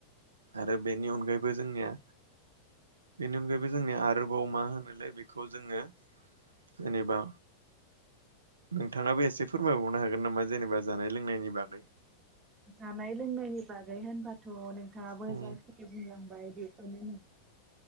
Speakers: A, on the right; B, on the right.
A: आरो बेनि अनगायैबो जोंनिया बेनि अनगायैबो जोंनि आरोबाव मा होनोलाय बेखौ जोंङो। जेनेबा नोंथांङाबो एसे फोरमायबावनो हागोन नामा जेनेबा जानाय लोंनायनि बागै
B: जानाय लोंनायनि बागै होनबाथ' नोंथांङाबो
A: औ
B: जायखिनि बुंलांबाय बेखौनो